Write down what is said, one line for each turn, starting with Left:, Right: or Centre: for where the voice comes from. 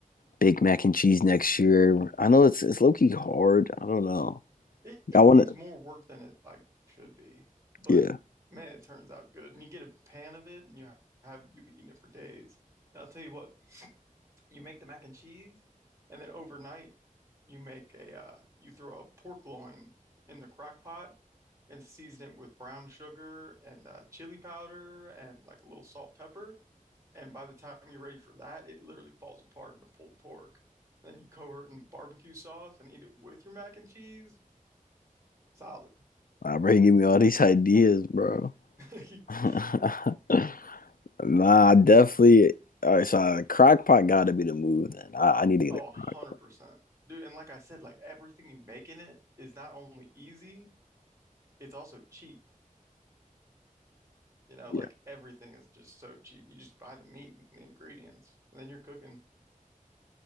Left: Big Mac and cheese next year. I know it's it's low key hard. I don't know.
Right: It it
Left: I want
Right: is
Left: to.
Right: more work than it like should be, but
Left: Yeah,
Right: man, it turns out good. And you get a pan of it and you have you be eating it for days. And I'll tell you what, you make the mac and cheese, and then overnight you make a uh, you throw a pork loin in the crock pot and season it with brown sugar and uh, chili powder and like a little salt pepper. And by the time you're ready for that, it literally falls apart into pulled pork. And then you cover it in barbecue sauce and eat it with your mac and cheese. Solid.
Left: I bro, you give me all these ideas, bro.
Right: <laughs>
Left: <laughs> Nah, I definitely. All right, so uh, crock pot gotta be the move. Then I, I need to get
Right: Oh,
Left: a
Right: 100%.
Left: crock.
Right: Dude, and like I said, like everything you make in it is not only easy, it's also cheap. You know,
Left: Yeah,
Right: like everything is just so cheap. You just buy the meat and the ingredients, and then you're cooking.